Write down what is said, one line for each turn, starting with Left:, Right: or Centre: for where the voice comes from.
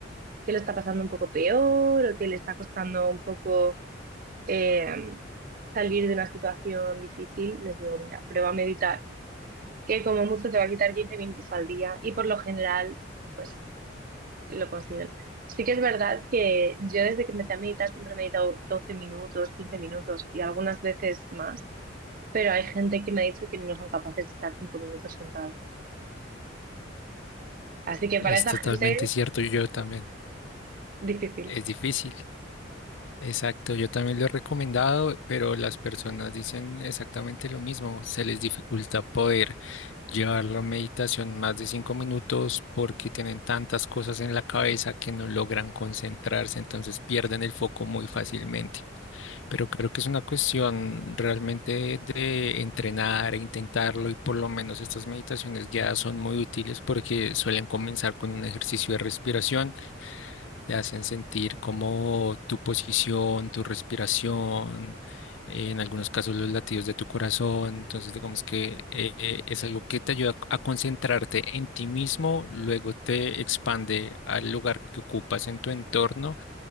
Right: que lo está pasando un poco peor o que le está costando un poco eh, salir de una situación difícil, les digo, mira, prueba a meditar. que como mucho te va a quitar 15 minutos al día y por lo general, pues lo consiguen. Sí que es verdad que yo desde que empecé a meditar siempre he meditado 12 minutos, 15 minutos y algunas veces más, pero hay gente que me ha dicho que no son capaces de estar 5 minutos sentados. Así que para
Left: Es
Right: esa
Left: totalmente
Right: gente,
Left: cierto, yo también.
Right: difícil.
Left: Es difícil. Exacto, yo también lo he recomendado, pero las personas dicen exactamente lo mismo. Se les dificulta poder llevar la meditación más de cinco minutos porque tienen tantas cosas en la cabeza que no logran concentrarse, entonces pierden el foco muy fácilmente. Pero creo que es una cuestión realmente de entrenar e intentarlo y por lo menos estas meditaciones guiadas son muy útiles porque suelen comenzar con un ejercicio de respiración te hacen sentir como tu posición, tu respiración, eh, en algunos casos los latidos de tu corazón. Entonces, digamos que eh, eh, es algo que te ayuda a concentrarte en ti mismo, luego te expande al lugar que ocupas en tu entorno